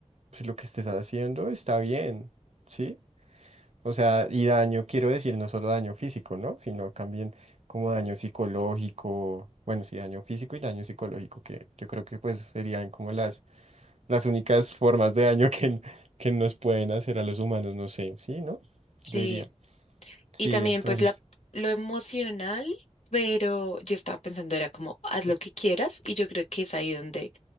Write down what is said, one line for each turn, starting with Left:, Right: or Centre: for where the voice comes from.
Right: pues lo que estés haciendo está bien, ¿sí? O sea, y daño quiero decir no solo daño físico, ¿no? Sino también como daño psicológico, bueno, sí, daño físico y daño psicológico, que yo creo que pues serían como las, las únicas formas de daño <laughs> que, que nos pueden hacer a los humanos, no sé, ¿sí? ¿No?
Left: Sí,
Right: Yo diría. Sí,
Left: y también
Right: entonces
Left: pues la, lo emocional, pero yo estaba pensando, era como, haz lo
Right: eh,
Left: que quieras, y yo creo que es ahí donde